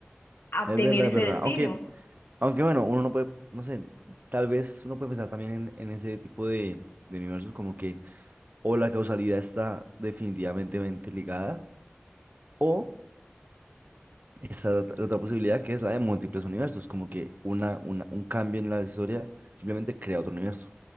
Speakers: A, on the left; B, on the right.
A: a
B: es
A: tener
B: verdad,
A: ese
B: es verdad.
A: destino.
B: Aunque, aunque bueno, uno no puede, no sé, tal vez uno puede pensar también en, en ese tipo de, de universos como que o la causalidad está definitivamente mente ligada o esa la otra la otra posibilidad que es la de múltiples universos, como que una, una, un cambio en la historia simplemente crea otro universo.